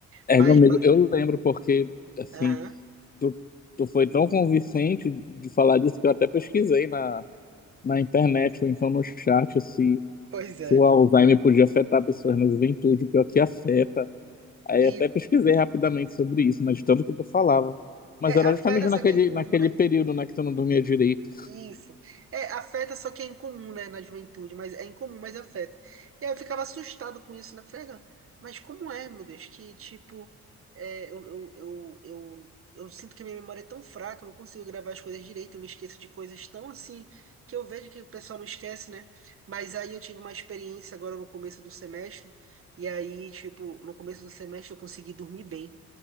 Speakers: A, on the left; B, on the right.
A: É,
B: Mas,
A: meu amigo, eu lembro porque, assim,
B: aham,
A: tu, tu foi tão convincente de falar disso que eu até pesquisei na, na internet ou então no chat se,
B: pois é.
A: se o Alzheimer podia afetar pessoas na juventude, pior que afeta. Aí
B: E
A: até pesquisei rapidamente sobre isso, né, de tanto que tu falava. Mas
B: é,
A: era
B: afeta
A: justamente
B: só
A: naquele,
B: que é incomum,
A: naquele
B: né?
A: período, né, que tu não dormia direito.
B: Isso. É, afeta só que é incomum, né, na juventude, mas é incomum, mas afeta. E aí eu ficava assustado com isso, né? Falei, "Ah, mas como é, meu Deus, que tipo, é, eu, eu, eu, eu, eu sinto que a minha memória é tão fraca, eu não consigo gravar as coisas direito, eu me esqueço de coisas tão assim, que eu vejo que o pessoal não esquece, né? Mas aí eu tive uma experiência agora no começo do semestre, e aí, tipo, no começo do semestre eu consegui dormir bem.